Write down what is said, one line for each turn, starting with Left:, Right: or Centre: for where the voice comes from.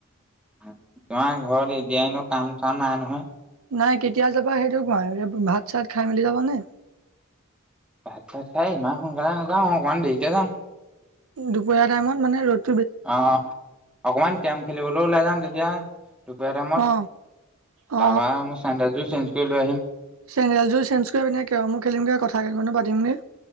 Centre: তোমাৰ ঘৰত এতিয়া এনেওঁ কাম-চাম নাই নহয়।
Right: নাই কেতিয়া যাবা সেইটো কোৱা, ভাত-চাত খাই মেলি যাবা নে?
Centre: ভাত-চাত খাই ইমান সোনকালে নাযাওঁ অকমান দেৰিকে যাম।
Right: দুপৰীয়া টাইমত মানে ৰ'দ
Centre: অ' অকমান কেৰম খেলিবলৈ ওলাই যাম তেতিয়া দুপৰীয়া টাইমত,
Right: অ অ
Centre: তাৰপা মই চেণ্ডেলযোৰ চেঞ্জ কৰি লৈ আহিম।
Right: চেণ্ডেলযোৰ চেঞ্জ কৰি পিনে কেৰমো খেলিমগে কথা কেটামানো পাতিমগে।